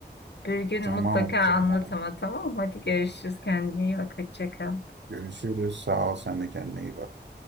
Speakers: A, on the left; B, on the right.
A: Bir gün
B: Tamam
A: mutlaka
B: o
A: anlat
B: zaman.
A: ama tamam. Hadi görüşürüz. Kendine iyi bak. Hoşça kal.
B: Görüşürüz. Sağ ol. Sen de kendine iyi bak.